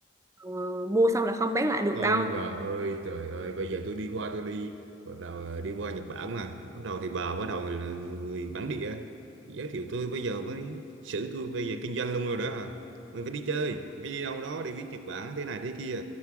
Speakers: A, on the right; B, on the right.
A: ờ, mua xong là không bán lại được
B: ôi
A: đâu
B: bà ơi trời ơi bây giờ tôi đi qua tôi đi gọi là đi qua Nhật Bản mà bắt đầu thì bà bắt đầu là người bản địa giới thiệu tôi bây giờ mới xử tôi bây giờ kinh doanh luôn rồi đó à mình phải đi chơi phải đi đâu đó để biết Nhật Bản thế này thế kia